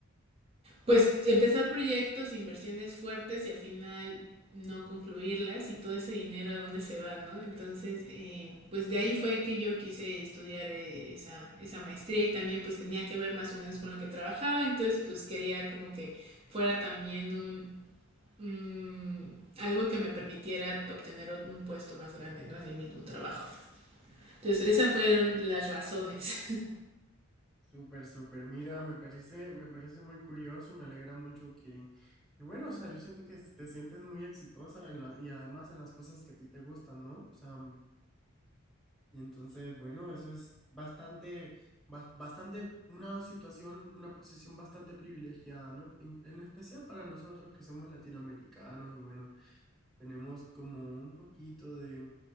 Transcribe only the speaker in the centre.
Súper, súper. Mira, me parece, me parece muy curioso, me alegra mucho que, que, bueno, o sea, yo siento que te sientes muy exitosa en la, y además en las cosas que a ti te gustan, ¿no? O sea, mm, y entonces, bueno, eso es bastante, bas- bastante, una situación, una posición bastante privilegiada, ¿no? En, en especial para nosotros que somos latinoamericanos y bueno. Tenemos como un poquito de,